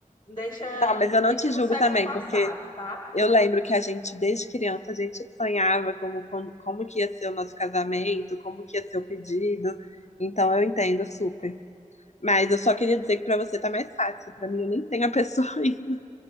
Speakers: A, on the left (about 35°); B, on the left (about 55°).
A: Deixa,
B: Não,
A: me
B: mas eu não
A: deixa
B: te
A: no
B: julgo
A: século
B: também,
A: passado,
B: porque
A: tá?
B: eu lembro que a gente, desde criança, a gente sonhava como, como, como que ia ser o nosso casamento, como que ia ser o pedido. Então eu entendo super. Mas eu só queria dizer que para você tá mais fácil. Para mim, eu nem tenho a pessoa <laughs> ainda.